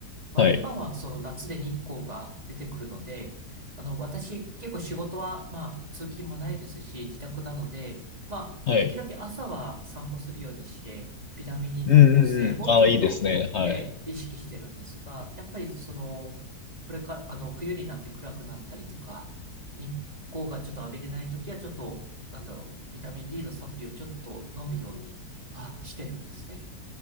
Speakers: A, on the right; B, on the left.
A: まあ、
B: はい。
A: 今はその夏で日光が出てくるので、あの、私結構仕事は、まあ、通勤もないですし、自宅なので、まあ、
B: はい。
A: できるだけ朝は散歩するようにして、ビタミン D
B: うんうんうん。
A: の合成をちょっと、
B: ああ、いいですね。はい。
A: えー、意識してるんですが、やっぱりその、これから、あの、冬になって暗くなったりとか、日光がちょっと浴びてない時は、ちょっと、なんだろう、ビタミン D のサプリをちょっと飲むようにはしてるんですね。